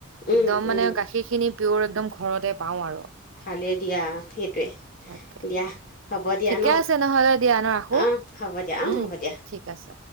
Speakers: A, on the left; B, on the right.
A: উম
B: এক্দম মানে
A: উম
B: গাখীৰ খিনি পিয়ৰ একদম ঘৰতে পাওঁ আৰু
A: ভালে দিয়া সেইটোৱে
B: তাকে
A: দিয়া। হ'ব দিয়া
B: ঠিকে
A: ন
B: আছে নহলে দিয়া নো ৰাখো
A: অঁ হ'ব দিয়া অঁ
B: উম
A: হ'ব দিয়া
B: ঠিক আছে।